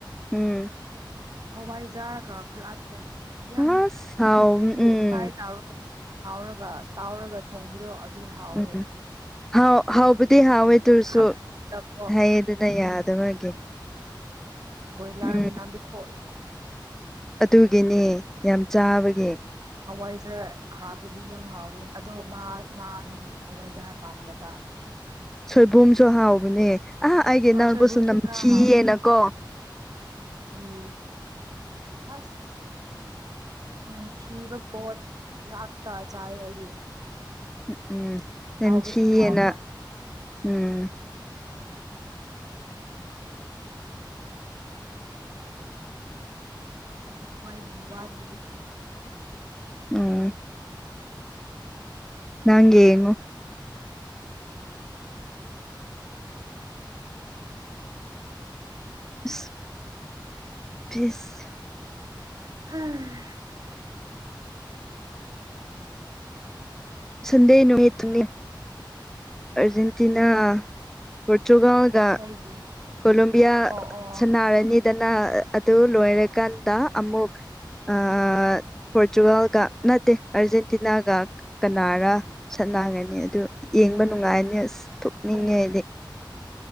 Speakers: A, in the centre; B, on the right (about 50°).
A: ꯎꯝ
B: ꯍꯋꯥꯏꯖꯥꯔꯒ ꯈꯔ ꯊꯣꯡꯉ ꯌꯥꯝ
A: ꯑꯁ ꯍꯥꯎ
B: ꯍꯥꯏꯗꯤ
A: ꯎꯝ
B: ꯐ꯭ꯔꯥꯏ ꯇꯥꯔ ꯇꯥꯎꯔꯒ ꯇꯥꯎꯔꯒ ꯊꯣꯡꯕꯗꯣ ꯑꯗꯨ ꯍꯥꯎꯋꯦ
A: ꯎꯝ ꯍꯥꯎ ꯍꯥꯎꯕꯗꯤ ꯍꯥꯎꯋꯦ ꯑꯗꯨ ꯑꯣꯢꯔꯁꯨ
B: ꯍꯥꯞꯄꯀꯣ
A: ꯍꯥꯏꯌꯦ ꯑꯗꯨꯅ ꯌꯥꯗꯕꯒꯤ
B: ꯕꯣꯏꯂꯥꯔ
A: ꯎꯝ
B: ꯃꯅꯥꯝꯗꯣ ꯊꯣꯛꯑꯦ
A: ꯑꯗꯨꯒꯤꯅꯦ ꯌꯥꯝ ꯆꯥꯕꯒꯤ
B: ꯍꯋꯥꯏꯖꯥꯔ ꯍꯥꯞꯕꯗꯤ ꯌꯥꯝ ꯍꯥꯎꯕꯅꯦ ꯑꯗꯣ ꯃꯥ ꯍꯥꯗꯤ ꯍꯋꯥꯏꯖꯥꯔ ꯄꯥꯝꯗꯕ
A: ꯁꯣꯏꯕꯨꯝꯁꯨ ꯍꯥꯎꯕꯅꯦ ꯑꯍꯥ ꯑꯩꯒꯤ
B: ꯑꯣ
A: ꯏꯅꯥꯎꯄꯨꯁꯨ
B: ꯁꯣꯏꯕꯨꯝꯁꯨ
A: ꯅꯝꯊꯤꯌꯦꯅꯀꯣ
B: ꯈꯔ ꯍꯥꯎ ꯎꯝ ꯑꯁ ꯅꯝꯊꯤꯕ ꯄꯣꯠ ꯉꯥꯛꯇ ꯆꯥꯏ ꯑꯩꯗꯤ
A: ꯎꯝ ꯎꯝ ꯏꯥꯝꯊꯤꯑꯦꯅ
B: ꯍꯥꯎꯕꯁꯨ ꯍꯥꯎꯕ
A: ꯎꯝ
B: ꯑꯩꯈꯣꯏꯒꯤ ꯋꯥꯒꯤ
A: ꯎꯝ ꯅꯪ ꯌꯦꯡꯉꯣ ꯎ <inaudible> ꯤ <unintelligible> ꯁ
B: ꯍꯣꯏ <unintelligible>
A: ꯁꯥꯟꯗꯦ ꯏꯨꯃꯤꯠ ꯇꯨꯅꯤ ꯑꯔꯖꯦꯟꯇꯤꯅꯥ ꯄꯣꯔꯇꯨꯒꯥꯜ ꯑꯥ
B: ꯀꯩꯒꯤ
A: ꯀꯣꯂꯣꯕꯤꯌꯥ
B: ꯑꯣ ꯑꯣ
A: ꯁꯥꯟꯅꯔꯅꯤ
B: ꯑꯣ
A: ꯗꯅ ꯑꯗꯨ ꯂꯣꯏꯔꯀꯥꯟꯗ ꯑꯃꯨꯛ ꯑꯥ
B: ꯎꯝ
A: ꯄꯣꯔꯇꯨꯒꯥꯜꯒ ꯅꯠꯇꯦ ꯑꯔꯖꯦꯟꯇꯤꯅꯥꯒ ꯀꯅꯥꯔ ꯁꯠꯅꯥꯒꯅꯤ ꯑꯗꯨ ꯌꯦꯡꯕ ꯅꯨꯡꯉꯥꯏꯅꯤ ꯑꯁ ꯊꯣꯛꯅꯤꯡꯉꯦ
B: ꯄꯨꯡ
A: ꯑꯩꯗꯤ